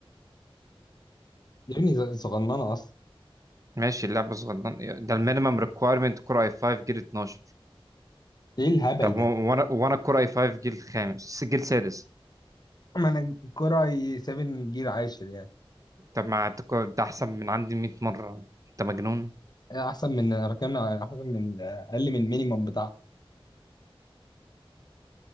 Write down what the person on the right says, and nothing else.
ماشي اللعبه صغيره ده المينيمم ريكويرمنت كور اي 5 جيل 12
طب
و- وانا وانا كور اي 5 جيل خامس جيل سادس
طب ما أنت كو- ده احسن من عندي 100 مره انت مجنون